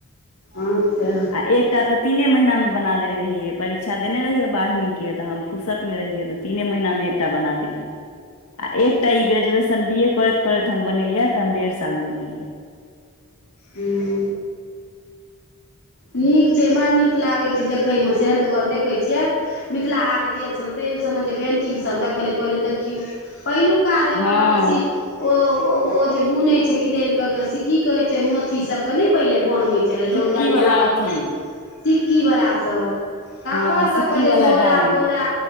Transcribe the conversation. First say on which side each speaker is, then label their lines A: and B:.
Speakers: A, on the left; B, on the left.
A: अच्छा
B: आ एकटा तऽ तीने महिना मे बना देने रहियै परीक्षा देने रहिय बारहीं तऽ हम फुरसतमे रहियै तऽ तीने महीनामे एकटा बना देलियै आ एकटा ई ग्रेजुएशन बी ए करैत करैत हम बनेलियै तऽ हम डेढ़ सालमे बनेलियै
A: हूँ नीक छै बड़ नीक लागे छै देखे में सेहन तऽ घर देखे छियै मिथिला हाट गेल छल तही सभमे जे पेन्टिंगसभ देखल लेल कहल देखियौ पहिलुका जमानाके
B: हँ
A: सी ओ ओ जे बुने छै किदन के से की कहे छै मोति सब के ने पहिले बनबे छै छलय लोक
B: सिक्की
A: डलिया
B: वाला
A: अपन
B: अथी
A: सिक्की वला सभ तकर
B: हँ सिक्की
A: सबके
B: वाला
A: जे झोरा
B: डाली
A: बोरा